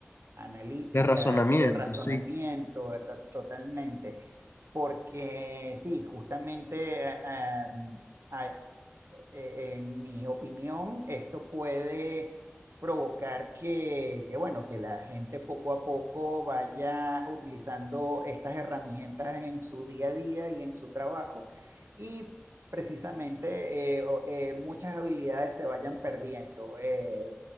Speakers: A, on the right; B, on the left.
A: analítica,
B: De razonamiento,
A: de razonamiento,
B: sí.
A: eh, to- totalmente, porque sí, justamente... eh, eh, eh, en mi opinión, esto puede provocar que, que, bueno, que la gente poco a poco vaya utilizando estas herramientas en su día a día y en su trabajo y precisamente eh, o- eh, muchas habilidades se vayan perdiendo, eh,